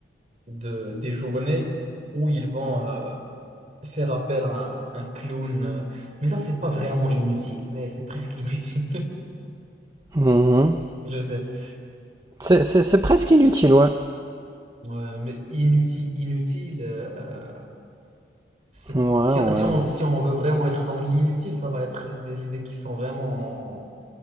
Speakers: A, on the right; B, on the right.
A: de, des journées où ils vont euh, faire appel à un, un clown. euh. mais ça, c'est pas vraiment inutile, mais c'est presque inutile.
B: Mhm.
A: <laughs> Je sais. pas.
B: C'est, c'est, c'est presque inutile, ouais.
A: Ouais, mais inutile, inutile. euh, c'est-
B: Ouais, ouais,
A: si, si on,
B: ouais.
A: si on veut vraiment être dans l'inutile, ça va être des idées qui sont vraiment,